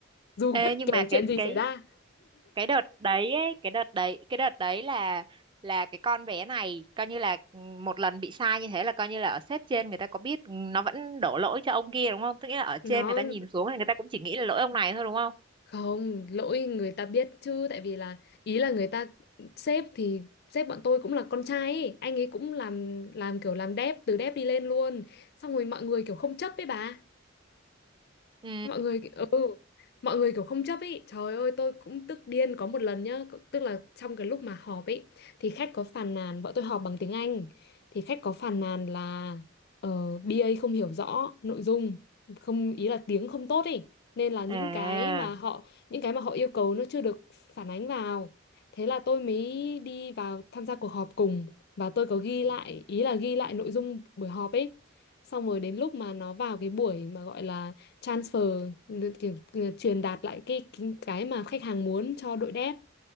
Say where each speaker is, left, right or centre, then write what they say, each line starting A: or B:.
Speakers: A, on the left; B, on the right.
A: Dù
B: Ê,
A: bất
B: nhưng
A: kể
B: mà cái
A: chuyện gì
B: cái
A: xảy ra
B: cái đợt đấy ấy, cái đợt đấy cái đợt đấy là là cái con bé này coi như là ừ, một lần bị sai như thế là coi như là ở sếp trên người ta có biết nó vẫn đổ lỗi cho ông kia đúng không? Tức nghĩa là ở
A: Nó
B: trên người ta nhìn xuống thì người ta cũng chỉ nghĩ là lỗi ông này thôi đúng không?
A: không Lỗi người ta biết chứ Tại vì là ý là người ta Sếp thì sếp bọn tôi cũng là con trai ấy. Anh ấy cũng làm làm kiểu làm đép Từ đép đi lên luôn Xong rồi mọi người kiểu không chấp với bà
B: Ừ.
A: mọi người ừ mọi người kiểu không chấp ý trời ơi tôi cũng tức điên có một lần nhá c- tức là trong cái lúc mà họp ấy thì khách có phàn nàn bọn tôi họp bằng tiếng Anh thì khách có phàn nàn là uh, BA không hiểu rõ nội dung không ý là tiếng không tốt ý nên là những
B: À.
A: cái mà họ những cái mà họ yêu cầu nó chưa được phản ánh vào thế là tôi mới đi vào tham gia cuộc họp cùng và tôi có ghi lại ý là ghi lại nội dung buổi họp ấy xong rồi đến lúc mà nó vào cái buổi mà gọi là transfer kiểu, ờ, truyền đạt lại cái cái cái mà khách hàng muốn cho đội dev